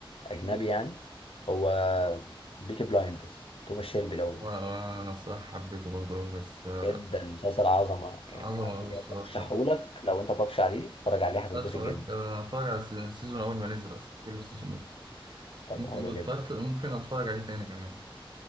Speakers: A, on the left (about 80°); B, on the right (about 55°).
A: اجنبي
B: مم.
A: يعني هو بيكي بلايندرز توماس شيلبي لو
B: و- وأنا الصراحة حبيته برضه أوي، بس آه،
A: جدا مسلسل عظمه يعني
B: عظمة أوي
A: بجد
B: الصراحة
A: ارشحهولك لو انت متفرجش عليه اتفرج عليه هتتبسط
B: لا اتفرجت
A: جدا
B: آه، أنا أتفرج على السيزون أول ما نزل أصلا كل سيزونات
A: طب
B: ممكن
A: حلو
B: ده اتفرجت
A: جدا
B: ممكن أتفرج عليه تاني كمان